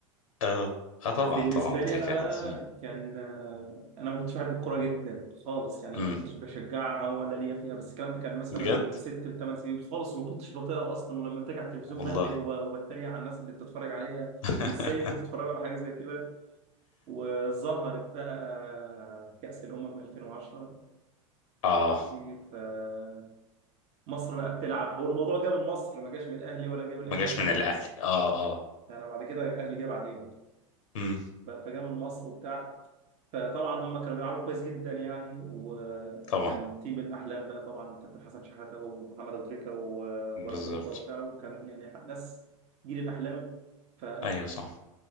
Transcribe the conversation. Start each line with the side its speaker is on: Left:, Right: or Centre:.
Left: اه اه طبعا
Right: بالنسبة
Left: طبعا ابو
Right: لي
Left: تريكة
Right: أنا بقى
Left: عظيم
Right: كان آه، أنا ما كنتش بحب الكورة جدا خالص يعني
Left: امم
Right: أنا ما كنتش بشجعها ولا ليا فيها بس الكلام ده كان مثلا
Left: بجد
Right: من ست لثمان سنين خالص وما كنتش بطيقها أصلا ولما بتيجي على التلفزيون
Left: والله
Right: بقلب وب- وبتريق على الناس اللي بتتفرج عليها
Left: <laughs>
Right: وإزاي بتتفرج على حاجة زي كده وظهرت بقى كأس الأمم 2010
Left: اه
Right: ماشي فمصر بقى بتلعب هو الموضوع جه من مصر ما جاش من الأهلي ولا جه من
Left: ما
Right: أي
Left: جاش
Right: حتة
Left: من
Right: خالص
Left: الاهلي اه
Right: لا
Left: اه
Right: أنا بعد كده الأهلي جه بعدين
Left: امم
Right: فجا من مصر وبتاع فطبعا هم كانوا بيلعبوا كويس جدا يعني وكان
Left: طبعا
Right: تيم الاحلام بقى طبعا كابتن حسن شحاته ومحمد ابو تريكه و-
Left: بالظبط
Right: وباراكوتا وبتاع وكان يعني ناس جيل الاحلام فعشقت
Left: ايوه صح